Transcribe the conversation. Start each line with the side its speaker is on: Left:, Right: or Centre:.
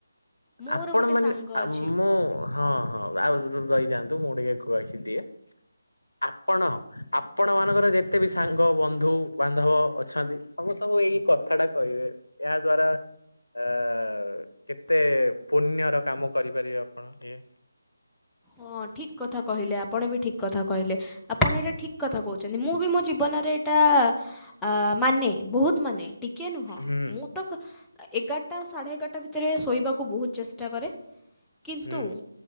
Centre: ମୋର
Left: ଆପଣ
Centre: ଗୋଟେ
Left: ମାନେ
Centre: ସାଙ୍ଗ
Left: ଆ
Centre: ଅଛି
Left: ମୁଁ ହଁ ହଁ ଆଉ ରହିଯାଆନ୍ତୁ ମୁଁ ଟିକେ କୁଆଖି ଦିଏ ଆପଣ ଆପଣ ମାନଙ୍କର ଯେତେ ବି ସାଙ୍ଗ ବନ୍ଧୁ ବାନ୍ଧବ ଅ ଛନ୍ତି ସମସ୍ତଙ୍କୁ ଏଇ କଥା ଟା କହିବେ ଏହା ଦ୍ଵାରା ଆ କେତେ ପୁଣ୍ୟର କାମ କରିପାରିବେ ଆପଣ ଇଏ।
Centre: ହଁ ଠିକ୍ କଥା କହିଲେ ଆପଣ ବି ଠିକ୍ କଥା କହିଲେ। ଆପଣ ଏଇଟା ଠିକ କଥା କହୁଛନ୍ତି ମୁଁ ବି ମୋ ଜୀବନରେ ଏଇଟା ଅ ମାନେ ବହୁତ ମାନେ ଟିକେ ନୁହଁ
Left: ହୁଁ
Centre: ମୁଁ ତ ଏଗାରଟା ସାଢେ ଏଗାରଟା ଭିତରେ ଶୋଇବାକୁ ବହୁତ ଚେଷ୍ଟା କରେ। କିନ୍ତୁ
Left: ହୁଁ